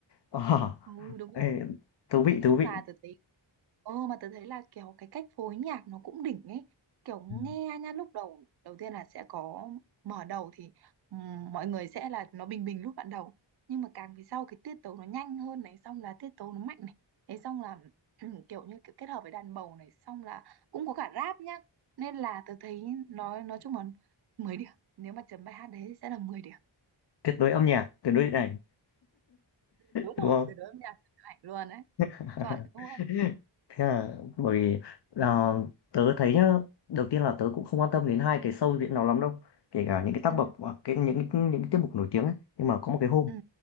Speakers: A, on the left; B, on the right.
A: Ờ,
B: Ừ đúng
A: ê,
B: rồi
A: thú vị
B: nói
A: thú
B: chung
A: vị
B: là tớ thấy Ờ mà tớ thấy là kiểu cái cách phối nhạc nó cũng đỉnh ấy Kiểu nghe
A: Ừ.
B: nha lúc đầu Đầu tiên là sẽ có mở đầu thì ừm, mọi người sẽ là nó bình bình lúc ban đầu Nhưng mà càng về sau cái tiết tấu nó nhanh hơn này Xong là tiết tấu nó mạnh này Thế xong là <clears throat> kiểu như kiểu kết hợp với đàn bầu này Xong là cũng có cả rap nhá Nên là tớ thấy nói nói chung là 10 điểm Nếu mà chấm bài hát đấy thì sẽ là 10 điểm
A: tuyệt đối âm nhạc tuyệt đối điện ảnh
B: Đúng
A: đúng
B: rồi,
A: không
B: từ đó âm nhạc tuyệt hạnh luôn đấy
A: <laughs>
B: Chuẩn luôn
A: thế là bởi vì là tớ thấy nhá đầu tiên là tớ cũng không quan tâm đến hai cái show diễn nào lắm đâu kể cả những cái tác
B: ừ,
A: phẩm à, cái những những cái tiết mục nổi tiếng ấy nhưng mà có một cái hôm
B: ừ,